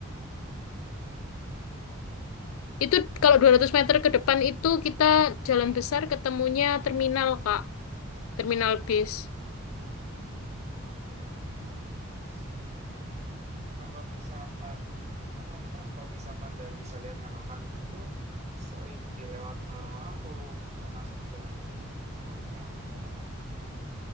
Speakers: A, on the right; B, on the left.
A: oh, lanjut dulu Pak, gimana?
B: Itu kalau 200 meter ke depan itu kita jalan besar ketemunya terminal, Kak. Terminal bis.
A: Oke, terminal bis. Oke, oke. Nah, kalau misalkan, apa namanya, kalau misalkan dari saya lihat yang akan itu sering dilewatin orang-orang atau termasuk jarang gitu, Pak? Dilewatin-lewatin sama orang.